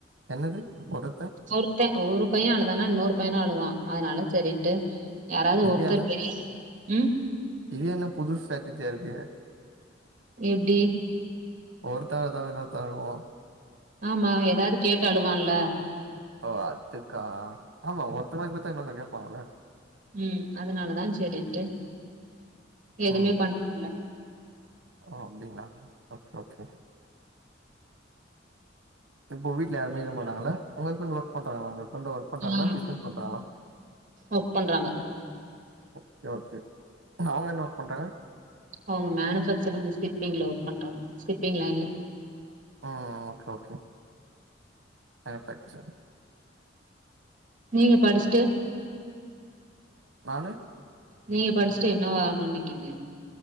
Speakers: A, on the right; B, on the right.
A: என்னது ஒரு
B: ஒருத்தன் ஒரு பைய அழுதானா இன்னூறு பையனு அழுவா அதனால சரின்ட்டு யாராது
A: இது
B: ஒருத்தர்
A: என்ன
B: பெரி ம்
A: இது என்ன புது ஸ்ட்ராட்டஜியா இருக்கு
B: எப்டி
A: ஒருத்த அழுதா இன்னொருத்த அழுவா
B: ஆமா எதாது கேட்டு அழுவான்ல
A: ஓ அதுக்கா ஆமா ஒருத்தனுக் வாங்கி கொடுத்தா இன்னொருத்த கேட்பாங்கள
B: ம் அதனாலதா சரின்ட்டு எதுமே
A: ம்
B: பண்றதுல
A: ஓ அப்டிங்களா ஓகே ஓகே இப்போ வீட்ல யாருமே இருக்க மாட்டாங்கள உங்க ஹஸ்பண்ட் ஒர்க் பண்றாங்கள உங்க ஹஸ்பண்ட் ஒர்க் பண்றாங்களா
B: ஆமா
A: பிசினஸ் பண்றாங்களா
B: ஒர்க் பண்றாங்க
A: ஓகே ஓகே அவங்க என்ன ஒர்க் பண்றாங்க
B: அவங்க மேனுபக்சரி் ஸ்கிப்பிங்ல ஒர்க் பண்றாங்க ஸ்கிப்பி் லைன்ல
A: ஆ ஆ ஓகே ஓகே மேனிஃபேக்சர்
B: நீங்க படிச்ட்டு
A: நானு
B: நீங்க படிச்ட்டு என்ன வாகணு நிக்கீங்க